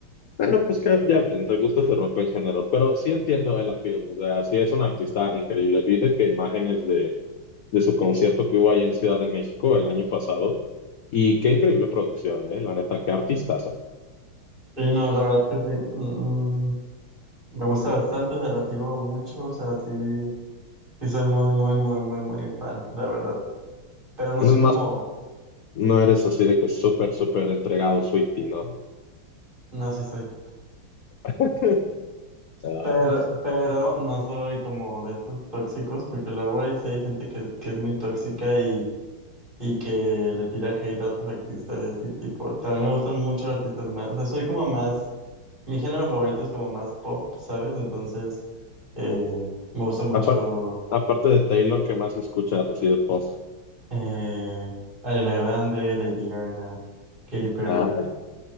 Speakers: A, on the left (about 65°); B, on the right (about 25°).
A: Bueno, pues que ya entre gustos se rompen géneros, pero sí entiendo el appeal, o sea, sí es un artista increíble. Vi de que imágenes de, de su concierto que hubo ahí en Ciudad de México el año pasado, y qué increíble producción, ¿eh? La neta, qué artistaza.
B: Sí, no, la verdad que sí. Mm, Me gusta bastante, o sea, la sigo mucho, o sea, sí, sí soy muy, muy, muy, muy, muy fan, la verdad. Pero no soy
A: No es
B: como,
A: más, no eres así de que súper, súper entregado Swiftie, ¿no?
B: no, sí soy.
A: <laughs> Ah,
B: Pero, pero no soy como de estos tóxicos, porque luego hay, sí hay gente que, que es muy tóxica y, y que le tira hate a otros artistas y así, tipo, también me gustan mucho los artistas más, o sea, soy como más, mi género favorito es como más pop, ¿sabes? Entonces, eh, me gusta mucho
A: aparte, aparte de Taylor, ¿qué más escuchas así de pop?
B: eh, Ariana Grande, Lady Gaga, Katy Perry.
A: Ah,